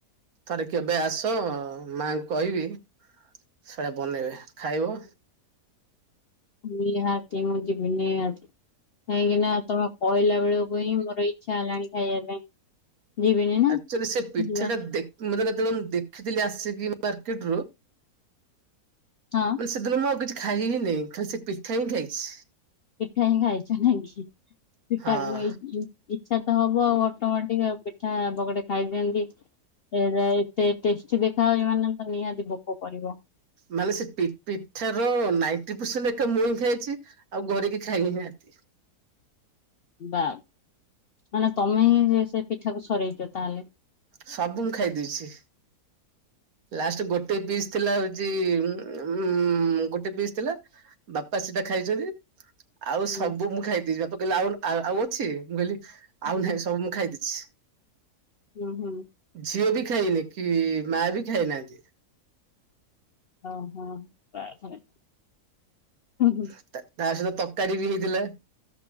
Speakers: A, on the right; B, on the left.
A: ଥରେ କେବେ ଆସ ମାଆଙ୍କୁ କହିବି ସେଇଟା ବନେଇବେ ଖାଇବ।
B: ନିହାତି ମୁଁ ଯିବି ନିହାତି। କାହିଁକି ନା ତମେ କହିଲା ବେଳକୁ ହିଁ ମୋର ଇଚ୍ଛା ହେଲାଣି ଖାଇବା ପାଇଁ। ଯିବିନି ନା
A: ଆକଚ୍ୟୁଆଲି ସେ ପିଠାଟା
B: ଯିବା
A: ଦେଖ ମାନେ ଯେତେବେଳେ ମୁଁ ଦେଖିଥିଲି ଆସିକି ମାର୍କେଟ ରୁ
B: ହଁ।
A: ମାନେ ସେଦିନ ମୁଁ ଆଉ କିଛି ଖାଇ ହିଁ ନାହିଁ। ଖାଲି ସେ ପିଠା ହିଁ ଖାଇଛି।
B: ପିଠା ହିଁ ଖାଇଛ ନାଇଁ କି, ପିଠା
A: ହଁ
B: ଖୁଆଇକି। ଇଚ୍ଛା ତ ହବ ଅଟୋମଟିକ ଆଉ ପିଠା ବଗଡେ ଖାଇଦିଅନ୍ତି। ଏ ଏତେ ଟେଷ୍ଟି ଦେଖା ହୁଏ ମାନେ ତ ନିହାତି ଭୋକ କରିବ।
A: ମାନେ ସେ ପି ପିଠାର ନାଇନଟି ପରସେଣ୍ଟ ଏକା ମୁଇଁ ଖାଇଛି। ଆଉ ଘରେ କିଏ ଖାଇ ନିହାନ୍ତି।
B: ବା, ମାନେ ତମେ ହିଁ ସେ ସେ ପିଠାକୁ ସରେଇଛ ତାହେଲେ।
A: ସବୁ ମୁଁ ଖାଇଦେଇଛି। ଲାଷ୍ଟ ଗୋଟେ ପିସ୍ ଥିଲା ହଉଛି ଉଁ ଗୋଟେ ପିସ୍ ଥିଲା। ବାପା ସେଟା ଖାଇଛନ୍ତି। ଆଉ
B: ହୁଁ
A: ସବୁ ମୁଁ ଖାଇଦେଇଛି। ବାପା କହିଲେ ଆଉ ଆଉ ଆଉ ଅଛି। ମୁଁ କହିଲି ଆଉ
B: ହୁଁ
A: ନାହିଁ, ସବୁ ମୁଁ ଖାଇଦେଇଛି।
B: ଉଁ ହୁଁ।
A: ଝିଅ ବି ଖାଇନି କି ମା ବି ଖାଇନାହାନ୍ତି।
B: ଅଁ ହଁ। ବାପରେ। ହୁଁ
A: ତା ତା ସହିତ ତରକାରୀ ବି ହେଇଥିଲା,